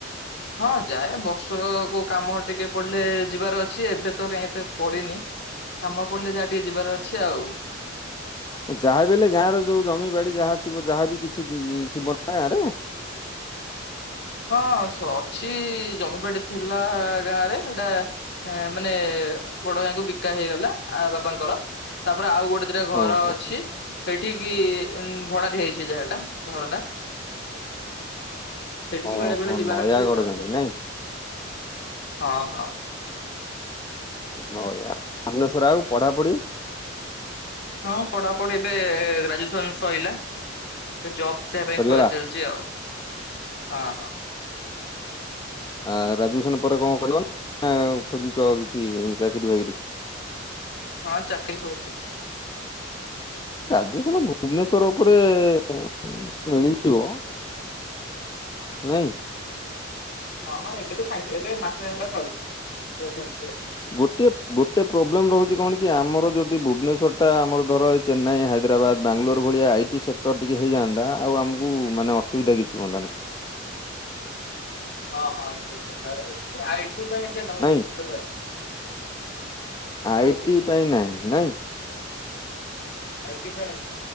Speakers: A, on the left; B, on the left.
A: ହଁ ଯାଏ। ବର୍ଷକୁ କାମ ଟିକେ ପଡିଲେ ଯିବାର ଅଛି। ଏବେ ତ କାଇଁ ଏତେ ପଡିନି। କାମ ପଡିଲେ ଯାହା ଟିକେ ଯିବାର ଅଛି ଆଉ।
B: ଯାହାବି ହେଲେ ଗାଁର ଯୋଉ ଜମି ବାଡି ଯାହା ଥିବ ଯାହାବି କିଛି ଥିବ ନା ଗାଁରେ। <inaudible>
A: ହଁ ଅଛି ଜମିିବାଡି ଥିଲା ଗାଁରେ ଏଇଟା ମାନେ ବଡଭାଇଙ୍କୁ ବିକା ହେଇଗଲା ଆ ବାପାଙ୍କର। ତା ପରେ ଆଉ ଗୋଟେ ଦିଟା ଘର
B: ଓହୋ
A: ଅଛି।
B: ହୋ।
A: ସେଠିକି ଭଡା ଦିଆ ହେଇଛି ଯାଗା ଟା ଘରଟା। ସେଠିକି
B: ଓହୋ
A: ବେଳେବେଳେ ଯିବାର
B: ନୟାଗଡ
A: ଅଛି ତ ଯାଉଚୁ।
B: ଯାଇକି ନାଇଁ?
A: ଓ ହଁ।
B: ବଢିଆ। ଭୁବନେଶ୍ଵର ଆଉ ପଢାପଢି?
A: ହଁ ପଢାପଢି ଏବେ ଗ୍ରାଜୁଏସନ ସଇଲା। ଏ ଜବ୍ <unintelligible> ପାଇଁ
B: ସରିଗଲା
A: ଖୋଜା ଚାଲିଚି ଆଉ। ହଁ ହଁ।
B: ଆ ଗ୍ରାଜୁଏସନ ପରେ କଣ କରିବ? ନା ଖୋଜୁଛ କିଛି ଚାକିରି ବାକିରି।
A: ହଁ ଚାକିରୀ ଖୋଜୁଚି।
B: ଗ୍ରାଜୁଏସନ୍ ଭୁବନେଶ୍ଵର ଉପରେ ମିଳିଯିବ ନାଇଁ।
A: ହଁ ହଁ ଏବେ ତ ସାଙ୍ଗେ ଏବେ ମାସ ହୋଲା ସରିଚି। ଜବ୍ ମିଳିଯିବ।
B: ଗୋଟିଏ ଗୋଟେ ପ୍ରୋବ୍ଲେମ ରହୁଛି କଣ କି ଆମର ଯଦି ଭୁବନେଶ୍ଵରଟା ଆମର ଧର ଏ ଚେନ୍ନାଇ ହାଇ ହାଇଦ୍ରାବାଦ, ବାଙ୍ଗଲୋର ଭଳିଆ ଆଇ ଟି ସେକ୍ଟର ଟିକେ ହେଇଯାଆନ୍ତା ଆଉ ଆମକୁ ମାନେ ଅସୁବିଧା କିଛି ହୁଅନ୍ତାନି। <inaudible>
A: ହଁ ହଁ <unintelligible> ଆଇ ଟି ପାଇଁ ନାହିଁ।
B: ନାଇଁ
A: <unintelligible>
B: ଆଇଟି
A: <unintelligible> ଆଇ
B: ପାଇଁ ନାହିଁ ନାଇଁ
A: ଟି ପାଇଁ